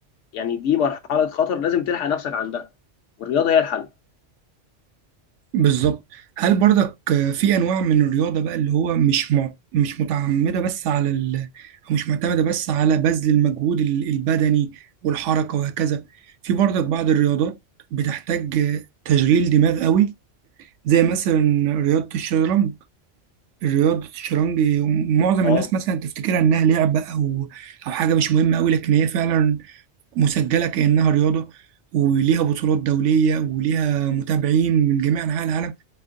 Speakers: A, on the left; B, on the right.
A: يعني دي مرحله خطر لازم تلحق نفسك عندها والرياضه هي الحل
B: بالظبط هل برضك في انواع من الرياضه بقى اللي هو مش مع... مش متعمده بس على ال... او مش معتمده بس على بذل المجهود ال- البدني والحركه وهكذا في برضك بعض الرياضات بتحتاج تشغيل دماغ قوي زي مثلا رياضه الشطرنج رياضه الشطرنج معظم
A: اه
B: الناس مثلا تفتكرها انها لعبه او او حاجه مش مهمه قوي لكن هي فعلا مسجله كانها رياضه وليها بطولات دوليه وليها متابعين من جميع انحاء العالم